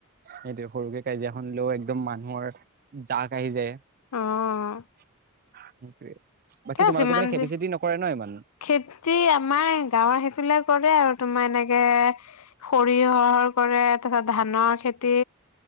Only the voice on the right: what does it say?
সেইটো সৰুকে কাজিয়াখন লৈও একদম মানুহৰ জাক আহি যায়।
সেইটোয়ে বাকী
তোমালোকৰ
মানে খেতি
চেতি নকৰে ন ইমান